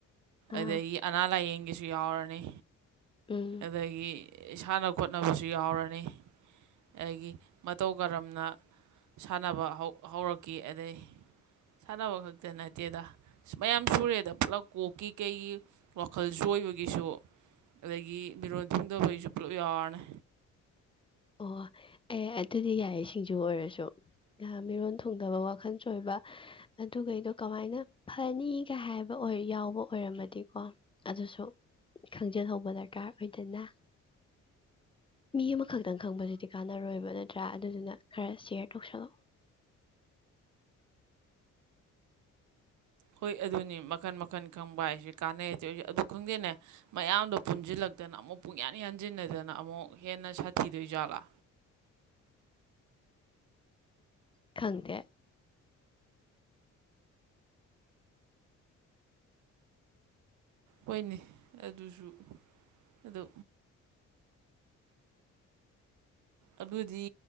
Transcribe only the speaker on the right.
ꯑꯗꯒꯤ ꯑꯅꯥ ꯂꯥꯥꯏꯌꯦꯡꯒꯤꯁꯨ ꯌꯥꯎꯔꯅꯤ
ꯑꯗꯒꯤ ꯏꯁꯥꯟꯅ ꯈꯣꯠꯅꯕꯁꯨ ꯌꯥꯎꯔꯅꯤ ꯑꯩꯗꯒꯤ ꯃꯇꯧ ꯀꯔꯝꯅ ꯁꯥꯟꯅꯕ ꯍꯧꯔꯛꯈꯤ ꯑꯗꯩ ꯁꯥꯟꯅꯕ ꯈꯛꯇꯦ ꯅꯠꯇꯦꯗ ꯃꯌꯥꯝ ꯁꯨꯔꯦꯗ ꯄꯨꯂꯞ ꯀꯣꯛꯀꯤ ꯀꯩꯒꯤ ꯋꯥꯈꯜ ꯆꯖꯣꯏꯕꯒꯤꯁꯨ ꯑꯗꯒꯤ ꯃꯤꯔꯣꯟ ꯊꯤꯡꯗꯧꯕꯒꯤꯁꯨ ꯄꯨꯂꯞ ꯌꯥꯔꯅꯦ
ꯍꯣꯏ ꯑꯗꯨꯅꯤ ꯃꯈꯟ ꯃꯈꯟ ꯈꯪꯕ ꯍꯥꯏꯁꯦ ꯀꯥꯟꯅꯩꯇꯦ ꯑꯩꯁꯨꯦ ꯑꯗꯨ ꯈꯪꯗꯦꯅꯦ ꯃꯌꯥꯝꯗꯣ ꯄꯨꯟꯁꯤꯜꯂꯛꯇꯅ ꯑꯃꯨꯛ ꯄꯨꯡꯌꯥꯟ ꯌꯥꯟꯁꯤꯟꯅꯗꯅ ꯑꯃꯨꯛ ꯍꯦꯟꯅ ꯁꯥꯊꯤꯗꯣꯏ ꯖꯥꯠꯂ
ꯑꯣꯏꯅꯤ ꯑꯗꯨꯁꯨ ꯑꯗꯨ ꯑꯗꯨꯗꯤ